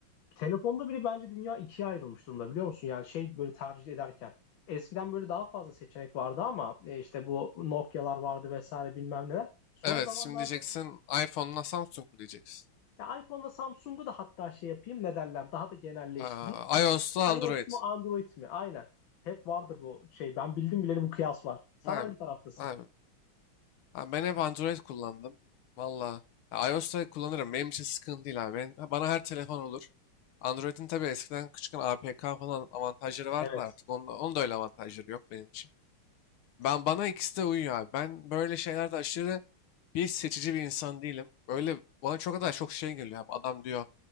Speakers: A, on the left; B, on the left.
A: Telefonda bile bence dünya ikiye ayrılmış durumda biliyor musun? Yani şey böyle tercih ederken. Eskiden böyle daha fazla seçenek vardı ama e, işte bu Nokia'lar vardı vesaire bilmem neler. Son
B: Evet
A: zamanlarda
B: şimdi diyeceksin iPhone'la Samsung mu diyeceksin?
A: ya iPhone'da Samsung'u da hatta şey yapayım ne derler daha da genelleştireyim.
B: Aa, iOS'la Android.
A: iOS mu Android mi? Aynen. Hep vardır bu şey. Ben bildim bileli bu kıyas var. Sen
B: Abi,
A: hangi taraftasın?
B: abi, abi ben hep Android kullandım. Valla Ya iOS'ta kullanırım. Benim için sıkıntı değil abi. Ben, bana her telefon olur. Android'in tabii eskiden küçükken APK falan avantajları vardı
A: Evet.
B: da artık. Onda, onda öyle avantajları yok benim için. Ben bana ikisi de uyuyor abi. Ben böyle şeylerde aşırı bir seçici bir insan değilim. Böyle bana çok kadar çok şey geliyor abi. Adam diyor